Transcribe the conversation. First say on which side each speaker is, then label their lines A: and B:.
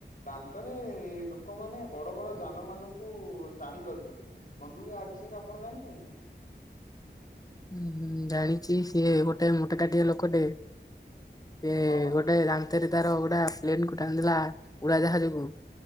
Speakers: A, on the left; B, on the left.
A: ଦାନ୍ତରେ ଲୋକମାନେ ବଡ ବଡ ଯାନ ମାନଙ୍କୁ ଟାଣି ପାରୁଚନ୍ତି। ବନ୍ଧୁଏ ଆ ବିଷୟରେ ଆପଣ ଜାଣିଚନ୍ତି କି?
B: ଉଁ ଜାଣିଚି ସିଏ ଗୋଟେ ମୋଟା କାଟିଆ ଲୋକ ଟେ ଏ
A: ହଁ ବନ୍ଧୁ
B: ଗୋଟେ ଦାନ୍ତରେ ତାର ଗୋଟେ ପ୍ଲେନ କୁ ଟାଣିଦେଲା ଉଡା ଜାହାଜକୁ।